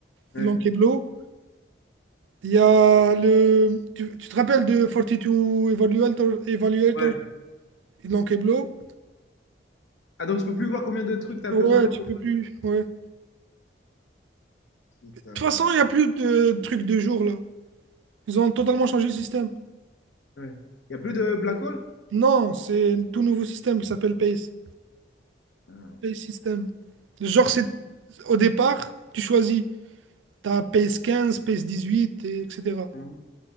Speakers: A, on the left; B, on the right.
A: Ouais.
B: ils l'ont keblo. Il y a le, tu, tu te rappelles de Fortitude Evaluator, Evaluator,
A: Ouais.
B: ils l'ont keblo.
A: Ah, donc tu peux plus voir combien de trucs tu as
B: Ouais,
A: besoin
B: tu
A: pour.
B: peux plus, ouais. De
A: Putain.
B: toute façon, il n'y a plus de trucs de jour, là. Ils ont totalement changé le système.
A: Ouais. Il n'y a plus de black hole?
B: Non, c'est un tout nouveau système qui s'appelle PACE.
A: Ah,
B: PACE System. Genre, c'est au départ, tu choisis. Tu as PACE 15, PACE 18, et etc.
A: Hein